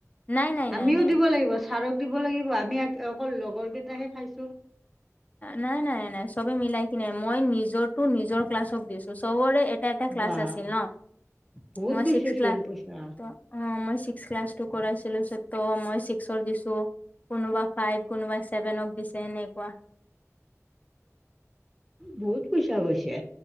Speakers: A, on the left; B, in the centre.
A: নাই নাই
B: আমিও
A: নাই নাই
B: দিব লাগিব ছাৰক দিব লাগিব আমি অকল লগৰ কেইটাহে খাইছোঁ
A: নাই নাই নাই চবে মিলাই কি নে মই নিজৰতো নিজৰ ক্লাছক দিছো চবৰে এটা এটা ক্লাছ
B: বা
A: আছিল ন
B: বহুত
A: মই
B: গৈছে
A: ছিক্স ক্লাছ
B: চোন পইচা
A: অহ মই ছিক্স ক্লাছ টু কৰাইছিলোঁ ত মই ছিক্সৰ দিছো কোনোবা ফাইভ কোনোবাই চেভেনক দিছে এনেকুৱা
B: বহুত পইচা গৈছে